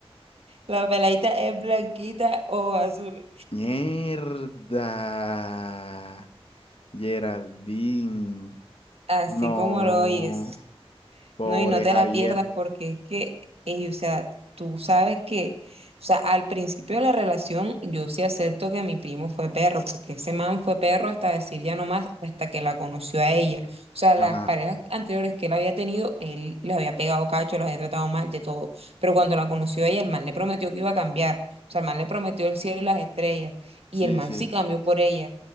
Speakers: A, on the right; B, on the left.
A: La peladita es blanquita o azul,
B: Mierda, Geraldine.
A: así
B: No,
A: como lo oyes.
B: pobre
A: No, y no te
B: Javier.
A: la pierdas porque es que, ey, o sea, tú sabes que, o sea, al principio de la relación yo sí acepto que mi primo fue perro, porque ese man fue perro hasta decir ya no más, hasta que la conoció a ella. O sea, las
B: Ajá,
A: parejas anteriores que él había tenido, él les había pegado cacho, las había tratado mal, de todo. Pero cuando la conoció a ella, el man le prometió que iba a cambiar. O sea, el man le prometió el cielo y las estrellas. Y
B: sí,
A: el man
B: sí.
A: sí cambió por ella,